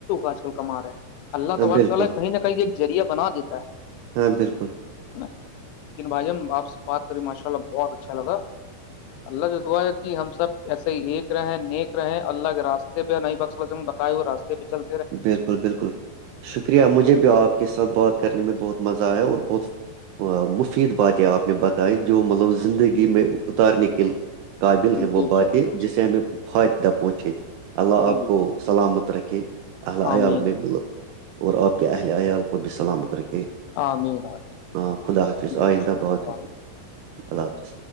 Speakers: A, on the left (about 80°); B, on the right (about 80°).
A: آج کل کما رہے ہیں اللہ
B: ہاں
A: تبارک
B: بالکل
A: تعالی کہیں نہ کہیں ایک ذریہ بنا دیتا ہے
B: ہاں بالکل
A: ا لیکن بھائی جان آپ سے بات کری ماشاء اللہ بہت اچھا لگا اللہ سے دعا ہے کہ ہم سب ایسے ہی ایک رہے نیک رہے اللہ کے راستے نہیںئی بکن بتائے ہوئے رستے پہ چل
B: بالکل بالکل شکریہ مجھے بھی آپ کے ساتھ بات کرنے میں بہت مزہ آیا اور بہت مفید باتیں آپ نے بتائی جو مطلب زندگی میں اتارنے کے قابل ہیں
A: بے
B: وہ باتیں
A: شک بے شک
B: جسے ہمیں فائددہ پہنچے اللہ
A: جی
B: آپ
A: جی
B: کو سلامت رکھے اللہ
A: آمین
B: عیال میں اور آپ کے اہل عیال کو بھی سلامت رکھے
A: امین امین
B: ہاں خدا حافظ
A: اللہ
B: آئندہ بات ہوگی اللہ حافظ